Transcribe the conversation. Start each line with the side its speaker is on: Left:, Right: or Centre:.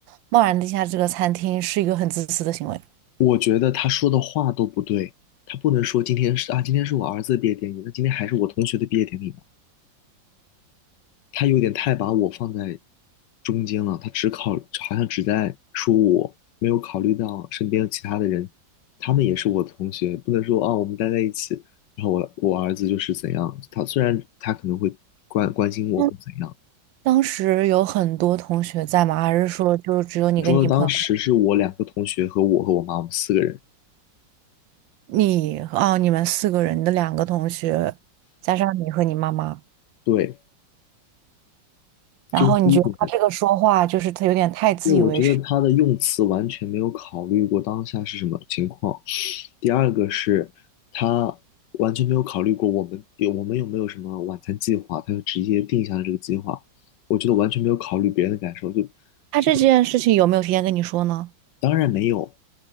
Right: 贸然地下这个餐厅，是一个很自私的行为。
Left: 我觉得他说的话都不对，他不能说今天是啊，今天是我儿子的毕业典礼，那今天还是我同学的毕业典礼吗？他有点太把我放在中间了，他只考，好像只在说我，没有考虑到身边其他的人，他们也是我的同学，不能说啊，我们待在一起，然后我我儿子就是怎样，他虽然他可能会关关心我或怎样，
Right: 嗯，当时有很多同学在吗？还是说就只有你跟你朋友，
Left: 我说的当时是我两个同学和我和我妈，我们四个人，
Right: 你哦，你们四个人，你的两个同学，加上你和你妈妈？
Left: 对，
Right: 然后你觉得他这个说话就是他有点太自以为是。
Left: 这是第一点，对，我觉得他的用词完全没有考虑过当下是什么情况。第二个是他完全没有考虑过我们有我们有没有什么晚餐计划，他就直接定下了这个计划。我觉得完全没有考虑别人的感受，就
Right: 他这件事情有没有提前跟你说呢？
Left: 这个当然没有。